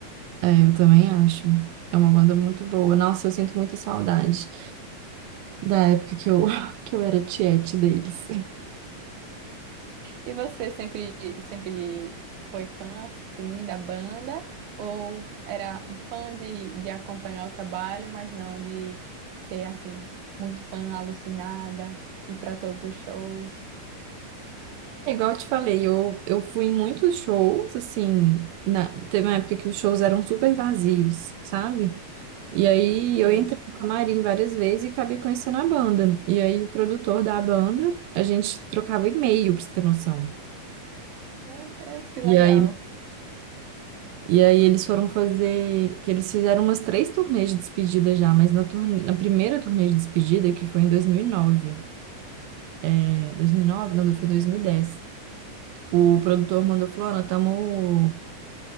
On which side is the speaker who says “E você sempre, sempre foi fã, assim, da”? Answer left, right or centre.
Right